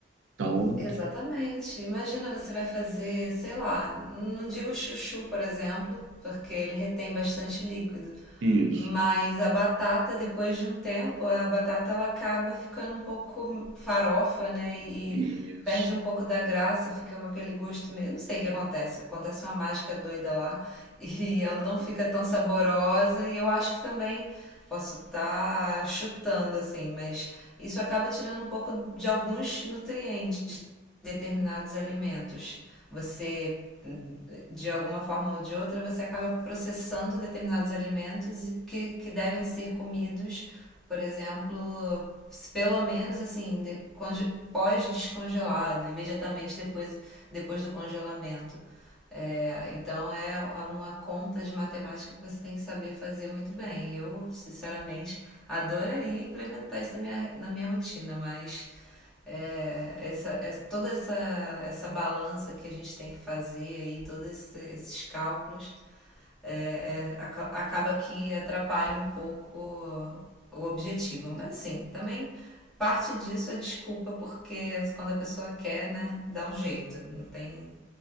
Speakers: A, on the right; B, in the centre.
A: Então,
B: Exatamente. Imagina você vai fazer, sei lá, não digo chuchu, por exemplo, porque ele retém bastante líquido,
A: isso,
B: mas a batata, depois de um tempo, a batata ela acaba ficando um pouco farofa, né? E,
A: isso.
B: e perde um pouco da graça, fica com aquele gosto meio. Não sei o que acontece, acontece uma mágica doida lá <laughs> e ela não fica tão saborosa. E eu acho que também posso estar chutando assim, mas isso acaba tirando um pouco de alguns nutrientes determinados alimentos. Você, de alguma forma ou de outra, você acaba processando determinados alimentos que, que devem ser comidos, por exemplo, pelo menos assim, de- pós-descongelado, imediatamente depois, depois do congelamento. É, então é, é uma conta de matemática que você tem que saber fazer muito bem. Eu, sinceramente, adoraria implementar isso na minha, na minha rotina, mas é, essa, essa, toda essa, essa balança que a gente tem que fazer aí, todos esse- esses cálculos, é, é, acaba que atrapalha um pouco o o objetivo. Mas assim, também parte disso é desculpa, porque quando a pessoa quer, né, dá um jeito, não tem,